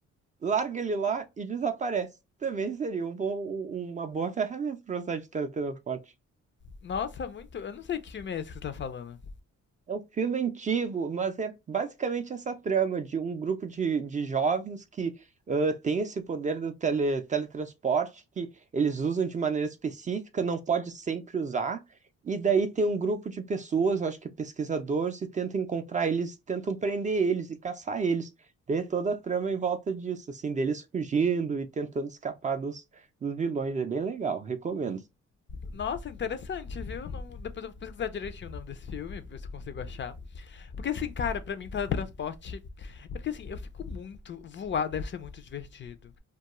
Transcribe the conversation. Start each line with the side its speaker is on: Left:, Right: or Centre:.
Right: larga ele lá e desaparece. Também seria um bom- um, uma boa <laughs> ferramenta para usar de teletransporte.
Left: Nossa, muito. Eu não sei que filme é esse que você tá falando.
Right: É um filme antigo, mas é basicamente essa trama de um grupo de, de jovens que ãh, tem esse poder do tele, teletransporte que eles usam de maneira específica, não pode sempre usar. E daí tem um grupo de pessoas, eu acho que é pesquisadores, e tentam encontrar eles, tentam prender eles e caçar eles. Daí é toda a trama em volta disso, assim, deles fugindo e tentando escapar dos, dos vilões. É bem legal, recomendo.
Left: Nossa, interessante, viu? Não- Depois eu vou pesquisar direitinho o nome desse filme, ver se eu consigo achar. Porque assim, cara, pra mim teletransporte. É porque assim, eu fico muito. Voar deve ser muito divertido.